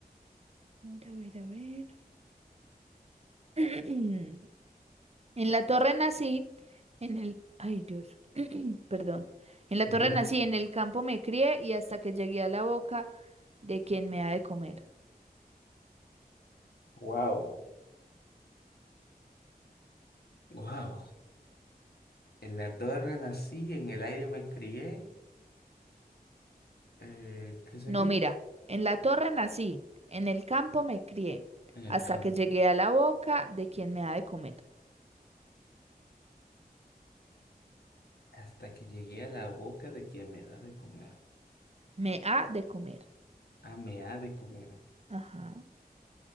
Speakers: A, on the right; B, on the left.
A: A ver, a ver, a ver. <clears throat> En la Torre nací, en el... Ay, Dios, <clears throat> perdón. En la
B: <laughs>
A: Torre nací, en el campo me crié y hasta que llegué a la boca de quien me ha de comer.
B: Wow. Wow. en la torre nací, en el aire me crié. Eh, ¿qué seguir?
A: No, mira, en la Torre nací, en el campo me crié,
B: En el
A: hasta
B: campo.
A: que llegué a la boca de quien me ha de comer.
B: Hasta que llegué a la boca de quien me da de comer.
A: Me ha de comer.
B: Ah, me ha de comer.
A: Ajá.